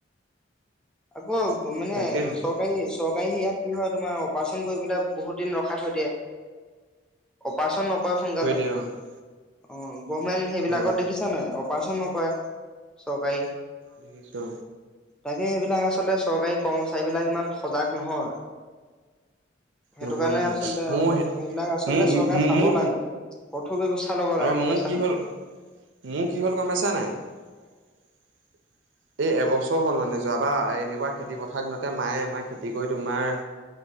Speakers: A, in the centre; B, on the right.
A: আকৌ মানে
B: তাকেহে
A: চৰকাৰী চৰকাৰী ইয়াত কি হয় তোমাৰ অপাৰেচন কৰিবলে বহুত দিন ৰখাই থৈ দিয়ে অপাৰেচন কয় সোনকালে
B: থৈ দিয়া অ',
A: অ গভমেণ্ট সেইবিলাকত
B: অ',
A: দেখিছ নাই অৰপাছন নকৰে চৰকাৰি
B: দেখিছো
A: তাকে সেইবিলাক আচলতে চৰকাৰী কৰ্মচাৰী বিলাক ইমান সজাগ নহয় সেইটো
B: নহয়
A: কাৰণে
B: নহয়
A: আচলতে
B: মোৰ
A: সেইবিলাক আচলতে
B: মোৰ
A: চৰকাৰে চাব
B: মোৰ
A: লাগে থ চাই লব লাগে
B: অ',
A: গম
B: মোৰ
A: পাইছা
B: কি
A: নাই
B: হ'ল মোৰ কি হ'ল গম পাইছানে নে এই এবছৰ হ'ল মানে যোৱাবা এনেকুৱা খেতি পথাৰ দিনতে মায়ে আমাৰ খেতি কৰি তোমাৰ